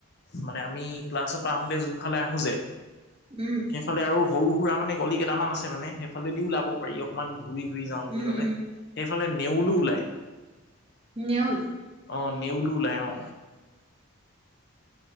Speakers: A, on the left; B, on the right.
A: মানে আমি ক্লাছৰ পৰা আহোতে যোনফালে আহো যে।
B: উম।
A: <unintelligible> আৰু সৰু সুৰা মানে গলি কেইটামান আছে মানে সে সেইফালেদিও ওলাব পাৰি অকমান ঘূৰি ঘূৰি যাওঁ বুলি
B: উম,
A: ক'লে।
B: উম,
A: সেইফালে নেউলো ওলায়।
B: নেউল?
A: অ, নেউলো ওলাই অ।